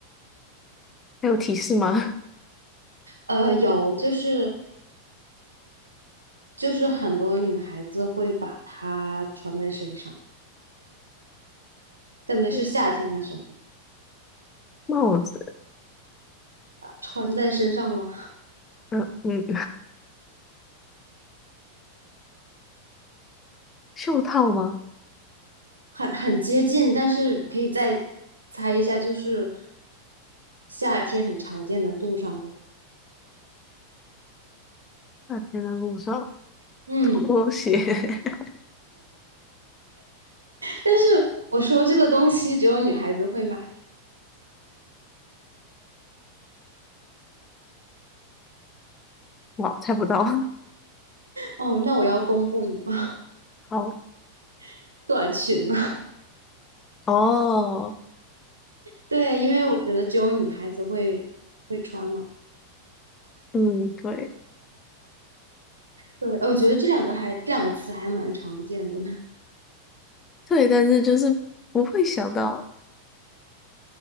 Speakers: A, on the left; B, on the right.
A: 还有提示吗？
B: 呃，有就是就是很多女孩子会把它穿在身上，特别是夏天的时候。
A: <laughs> 帽子，
B: 穿在身上了，
A: 嗯嗯，袖套吗？
B: 很很接近，但是可以再猜一下，就是夏天很常见的路上的，
A: 那天的路上
B: 嗯，
A: 拖鞋，<laughs>
B: 但是我说这个东西只有女孩子会买，
A: 哇，猜不到。
B: 哦，那我要公布你吗？
A: <laughs> 好，
B: <laughs> 短裙呢？
A: 哦，
B: 对啊，因为我觉得只有女孩子会会穿嘛。
A: 嗯，对
B: 对，呃我觉得这两个还这两个词还蛮常见的呢，
A: 对，但是就是不会想到，